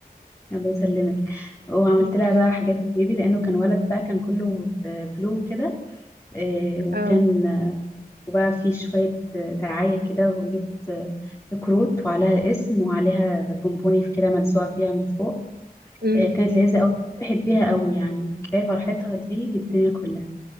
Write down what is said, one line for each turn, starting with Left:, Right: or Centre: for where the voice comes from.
Left: الله يسلمك وعملت
Right: امم
Left: لها بقى حاجات البيبي لأنه كان ولد بقى كان كله آه، بلو كده آه، وكان
Right: اه
Left: وبقى في شوية آه، دعاية كده وجبت آه، كروت وعليها الاسم وعليها بونبوني في كده ملزوقة فيها من فوق
Right: امم
Left: آه، كانت لذيذة أوي فرحت بيها أوي يعني كفاية فرحتها دي بالدنيا كلها